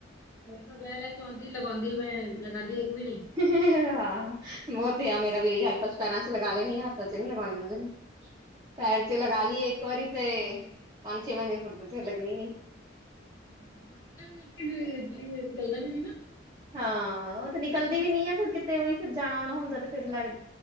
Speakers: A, on the left; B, on the right.
A: ਬਸ ਲੈ- ਲੈ ਕੇ ਆਉਂਦੀ ਲਗਾਉਂਦੀ ਮੈਂ। ਲਗਾਉਂਦੀ ਇੱਕ ਵੀ ਨਹੀਂ
B: ਹਾਂ- ਓ ਤੇ ਆ, ਮੇਰਾ ਵੀ ਓਹੀ ਹਾਲ। ਪੈਂਰਾਂ ਚ ਲਗਾ ਲੇਣੀ, ਹੱਥਾਂ ਚ ਨਹੀਂ ਲੱਗਣੀ। <inaudible> ਪੈਰ ਚ ਲਗਾ ਲੀ, ਇੱਕ ਵਾਰੀ ਤੇ, ਪੰਜ ਛੇ ਮਹੀਨੇ ਲੱਗਣੀ ਨਹੀਂ।
A: <inaudible>
B: ਹਾਂ। ਉਹ ਤੇ ਨਿਕਲਦੀ ਵੀ ਨਹੀਂ ਹੈ। ਫਿਰ ਕਿਤੇ, ਉਹੀ ਫਿਰ ਜਾਣਾ-ਆਉਣਾ ਹੁੰਦਾ। ਤੇ ਫੇਰ ਲੱਗ?